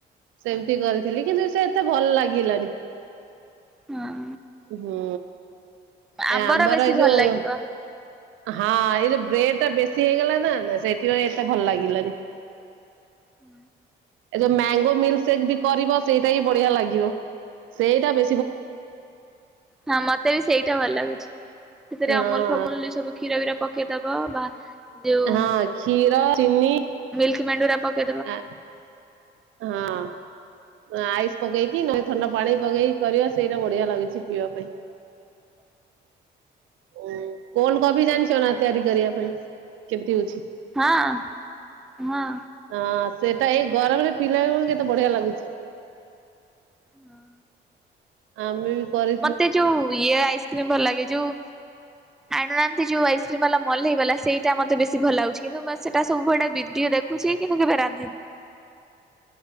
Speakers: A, on the right; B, in the centre.
A: ସେମିତି କରିଥିଲି କିନ୍ତୁ ସେ ଏତେ ଭଲ ଲାଗିଲାନି।
B: ହଁ
A: ହୁଁ
B: ଆମ୍ବର
A: ଏ ଆମ୍ବାର
B: ବେଶୀ
A: ଏ
B: ଭଲ
A: ଯୋଉ।
B: ଲାଗିବ
A: ହଁ ଏ ଯଉ ବ୍ରେଡ ଟା ବେଶୀ ହେଇଗଲା ନା ସେଇଥିପାଇଁ ଏତେ ଭଲ ଲାଗିଲାନି।
B: ହୁଁ।
A: ଏ ଯୋଉ ମ୍ୟାଙ୍ଗୋ ମିଲ୍ ସେକ୍ ବି କରିବ ସେଇଟା ବି ବଢିଆ ଲାଗିବ। ସେଇଟା ବେ
B: ହଁ ମତେ ବି ସେଇଟା ଭଲ ଲାଗୁଛି ସେଥିରେ
A: ହଁ
B: ଅମୁଲ ଫମୁଲ ସବୁ କ୍ଷୀର ବିର ପକେଇଦବ ବା ଯୋଉ
A: ହଁ କ୍ଷୀର ଚିନି
B: ମିଲ୍କି ମେଣ୍ଡ ଯଉଟା ପ <inaudible>
A: ଆ ହଁ। ଆଇସି ପକେଇକି ନହେଲେ ଥଣ୍ଡା ପାଣି ପକେଇକି କରିବା ସେଇଟା ବଢିଆ ଲାଗୁଛି ପିଇବା ପାଇଁ।
B: ହ
A: ଉଁ। କଣ କଫି ଜାଣିଛ ନା ତିଆରି କରିବା ପାଇଁ କେମିତି ହଉଛି।
B: ହଁ ହଁ।
A: ହଁ ସେଟା ଏଇ ଗରମରେ ପିଇଲା ବେଳକୁ କେତେ ବଢିଆ ଲାଗୁଛି।
B: ହଁ।
A: ଆମେ ବି କରି
B: ମତେ ଯୋଉ ଇଏ ଆଇସ୍କ୍ରିମ ଭଲ ଲାଗେ ଯୋଉ ଆଣୁନାହାନ୍ତି ଯୋଉ ଆଇସ୍କ୍ରିମ ବାଲା ମଲ୍ ହେଇଗଲା ସେଇଟା ମତେ ବେଶୀ ଭଲ ଲାଗୁଛି କିନ୍ତୁ ସେଟା ସବୁଆଡେ ଭିଡିଓ ରେ। ଛି କିନ୍ତୁ କେବେ ରାନ୍ଧିନି।